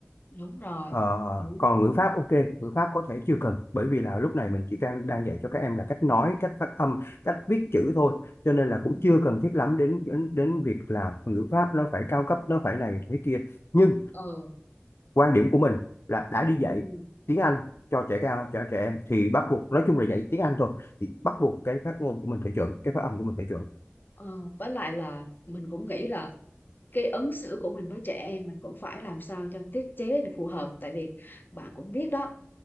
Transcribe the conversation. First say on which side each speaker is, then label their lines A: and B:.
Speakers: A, on the left; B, on the left.
A: đúng rồi
B: Ờ,
A: đúng
B: còn ngữ pháp ok ngữ pháp có thể chưa cần bởi vì là lúc này mình chỉ đang đang dạy cho các em là cách nói cách phát âm cách viết chữ thôi cho nên là
A: ừ,
B: cũng chưa cần thiết lắm đến đến đến việc là ngữ pháp nó phải cao cấp nó phải này thế kia nhưng
A: ừ,
B: quan điểm của mình là đã đi
A: ừ,
B: dạy
A: ừ. ừ.
B: tiếng Anh cho trẻ cao cho trẻ em thì bắt buộc nói chung là dạy tiếng Anh thôi thì bắt buộc cái phát ngôn của mình phải chuẩn cái phát âm của mình phải chuẩn
A: Ờ, với lại là mình cũng nghĩ là cái ứng xử của mình với trẻ em mình cũng phải làm sao cho tiết chế để phù hợp tại vì bạn cũng biết đó